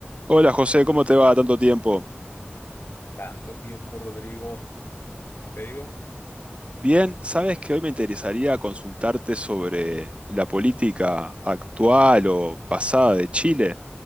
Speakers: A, on the right (about 30°); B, on the left (about 55°).
A: Hola José, ¿cómo te va? Tanto tiempo.
B: Tanto tiempo, Rodrigo. Como te digo,
A: Bien, sabes que hoy me interesaría consultarte sobre la política actual o pasada de Chile,